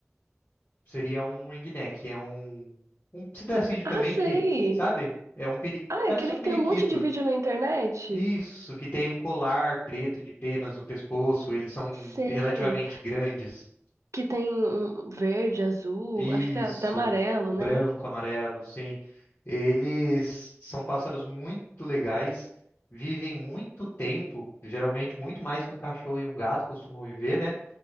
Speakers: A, on the left (about 50°); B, on the right (about 80°).
A: seria um ringneck, é um um psitacídeo também
B: Ah, sei!
A: que, sabe? É um peri...
B: Ah,
A: parece
B: é aquele
A: um periquito.
B: que tem um monte de vídeo na internet?
A: Isso, que tem um colar preto de penas no pescoço, eles são
B: Sei.
A: relativamente grandes.
B: Que tem um verde, azul,
A: Isso,
B: acho que tá, tá amarelo,
A: branco,
B: né?
A: amarelo, sim. Eles são pássaros muito legais, vivem muito tempo, geralmente muito mais que um cachorro e um gato costumam viver, né?